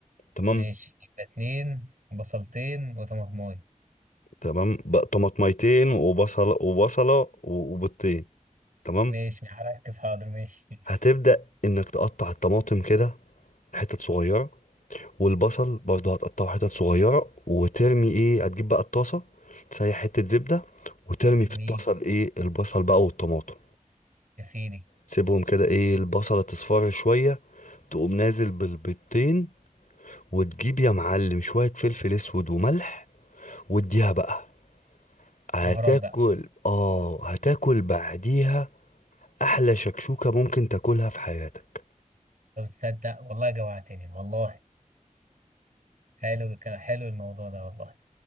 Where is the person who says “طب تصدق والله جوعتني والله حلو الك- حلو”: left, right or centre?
Right